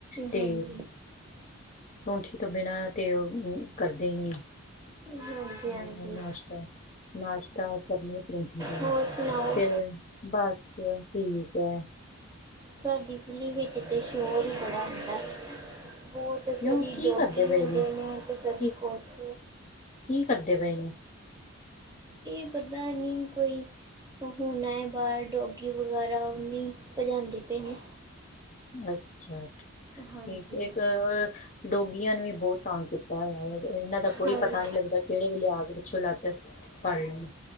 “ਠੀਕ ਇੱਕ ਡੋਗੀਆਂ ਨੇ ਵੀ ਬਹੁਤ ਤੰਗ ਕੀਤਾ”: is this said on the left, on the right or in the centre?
Left